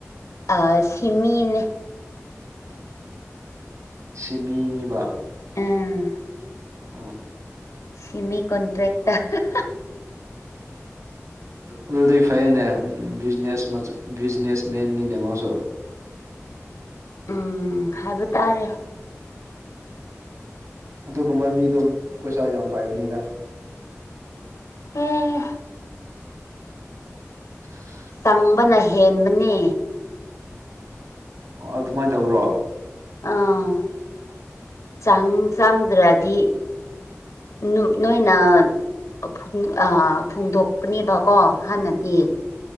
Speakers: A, on the left; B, on the right.
A: ꯑꯥ ꯁꯤꯃꯤꯅꯦ
B: ꯁꯤ ꯃꯤꯅꯤꯕ
A: ꯎꯝ
B: ꯑꯣ
A: ꯁꯤꯃꯤ ꯀꯟꯇ꯭ꯔꯦꯛꯇ <unintelligible>
B: ꯑꯗꯨꯗꯤ ꯐꯩꯅꯦ ꯕꯤꯖꯤꯅꯦꯁ ꯃꯆꯥ ꯕꯤꯖꯤꯅꯦꯁ ꯃꯦꯟꯅꯤꯅꯦ ꯃꯥꯁꯨ
A: ꯎꯝ ꯍꯥꯏꯕ ꯇꯥꯔꯦ
B: ꯑꯗꯨꯒꯨꯝꯕ ꯃꯤꯗꯣ ꯄꯩꯁꯥ ꯌꯥꯝ ꯄꯥꯏꯕꯅꯤꯗ
A: ꯍꯦ
B: <inaudible>
A: ꯇꯝꯕꯅ ꯍꯦꯟꯕꯅꯦ
B: ꯑꯣ ꯑꯗꯨꯝꯃꯥꯏꯟ ꯇꯧꯕ꯭ꯔꯣ
A: ꯑꯥ ꯆꯪ ꯆꯪꯗ꯭ꯔꯗꯤ ꯅꯨ ꯅꯣꯏꯅ ꯐꯨꯡ ꯑꯥ ꯐꯣꯡꯗꯣꯛꯀꯅꯦꯕꯀꯣ ꯍꯥꯟꯅꯗꯤ